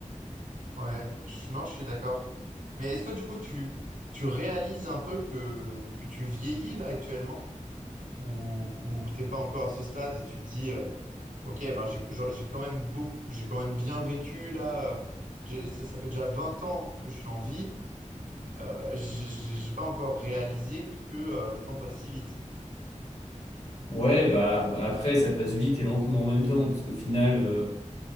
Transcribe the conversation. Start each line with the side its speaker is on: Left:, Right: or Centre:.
Right: Ouais, je- non, je suis d'accord. Mais est-ce que du coup, tu, tu réalises un peu que, que tu vieillis là actuellement? où, où t'es pas encore à ce stade et tu te dis, euh, ok, ben j'ai j'ai quand même beaucoup, j'ai quand même bien vécu là. euh, j'ai- ça, ça fait déjà 20 ans que je suis en vie. Euh, j'ai j'ai- j'ai pas encore réalisé que euh, le temps passe si vite.
Left: Ouais, bah bah, après, ça passe vite et lentement en même temps, parce qu'au final, euh,